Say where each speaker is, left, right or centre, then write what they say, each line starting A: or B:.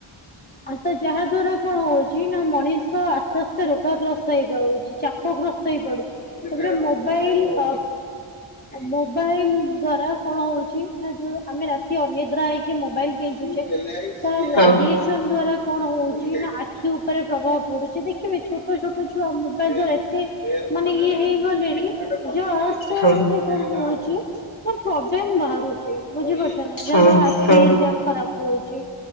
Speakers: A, on the left; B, on the left.
A: ଆ ତ ଯାହା ଦ୍ଵାରା କଣ ହଉଚି ନା ମଣିଷ ଆସ୍ତେ ଆସ୍ତେ ରୋଗାଗ୍ରସ୍ତ ହେଇପଡୁଚି। ଚାପଗ୍ରସ୍ତ ହେଇ ପଡୁଚି। ସେଥିରେ ମୋବାଇଲ୍ ହଁ। ମୋବାଇଲ୍ ଦ୍ଵାରା କଣ ହଉଚି ନା ଯୋଉ ଆମେ ରାତି ଅନିଦ୍ରା ହେଇ କିଏ ମୋବାଇଲ୍ ଗେଞ୍ଜୁଚି, ତା ରାଡିଏସନ
B: ହଁ
A: ଦ୍ୱାରା କଣ ହଉଚି ନା ଆଖି ଉପରେ ପ୍ରଭାବ ପଡୁଚି। ଦେଖିବେ ଛୋଟ ଛୋଟ ଛୁଆ ମୋବାଇକ୍ <unintelligible> ଏତେ ମାନେ ଇଏ ହେଇଗଲେଣି ଯଉ ଆସ୍ତେ
B: ହଁ
A: ଆସ୍ତେ କଣ ହଉଚି ପ୍ରୋବ୍ଲେମ୍ ବାହାରୁ ବୁଝିପାରୁଛନ୍ତି ନା? ଯାହା
B: ହଁ
A: ଦ୍ୱାରା ଆଖି
B: ହଁ
A: ହେରିକା ଖରାପ ହଉଚି।